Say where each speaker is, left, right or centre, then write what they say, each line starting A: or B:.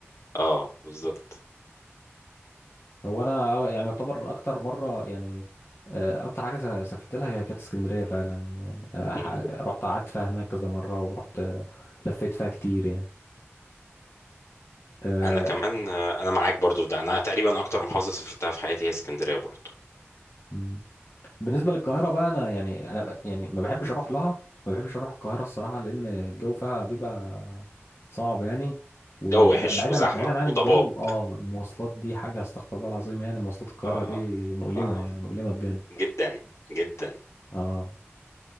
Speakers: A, on the left; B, on the left.
A: اه بالظبط
B: هو انا آه، يعني يعتبر اكتر مره يعني آه، اكتر حاجه س- سافرت لها هي كانت اسكندريه فعلا آه، آه، ح-
A: مم.
B: رحت قعدت فيها هناك كذا مره ورحت آه، لفيت فيها كتير يعني آه،
A: انا كمان آه، انا معاك برضو في ده انا تقريبا اكتر محافظة سافرتها في حياتي هي اسكندرية برضو
B: مم. بالنسبه للقاهره بقى انا يعني انا ب- يعني ما بحبش اروح لها ما بحبش اروح القاهره الصراحه لان الجو فيها بيبقى صعب يعني وبعيدا
A: جو وحش وزحمة
B: بعيدا عن
A: وضباب
B: الجو اه المواصلات دي حاجه استغفر الله العظيم يعني مواصلات القاهره
A: آه
B: دي مؤلمه
A: آه
B: يعني مؤلمه بجد
A: جدا جدا
B: اه